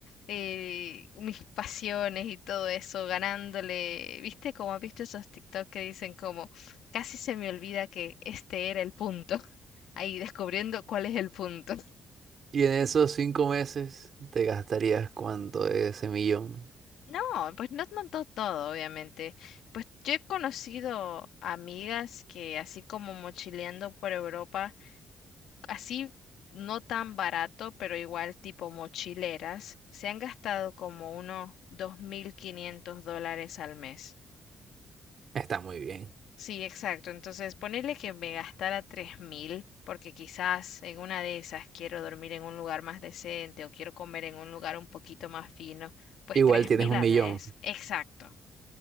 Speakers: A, on the left; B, on the right.
A: eh, mis pasiones y todo eso, ganándole, ¿viste? Como has visto esos TikTok que dicen como, casi se me olvida que este era el punto, <laughs> ahí descubriendo cuál es el punto.
B: Y en esos cinco meses te gastarías cuánto de ese millón.
A: No, pues no, no to- todo, obviamente. Pues yo he conocido amigas que así como mochileando por Europa, así no tan barato, pero igual tipo mochileras, se han gastado como unos 2.500 dólares al mes.
B: Está muy bien.
A: Sí, exacto. Entonces, ponerle que me gastara 3.000 porque quizás en una de esas quiero dormir en un lugar más decente o quiero comer en un lugar un poquito más fino, pues
B: Igual
A: tres
B: tienes
A: mil
B: un
A: al
B: millón,
A: mes. Exacto.